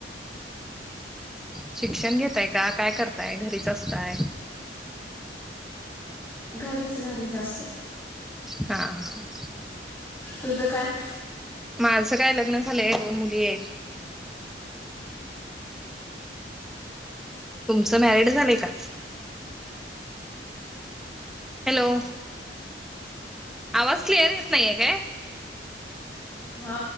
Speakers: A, in the centre; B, on the left (about 15°).
A: शिक्षण घेताय का? काय करताय? घरीच असताय?
B: घरीच घरी असते.
A: हा हा.
B: तुझं काय?
A: माझं काय लग्न झालंय दोन मुली आहेत. तुमचं मॅरिड झालंय का हॅलो आवाज क्लिअर येत नाहीये काय
B: हा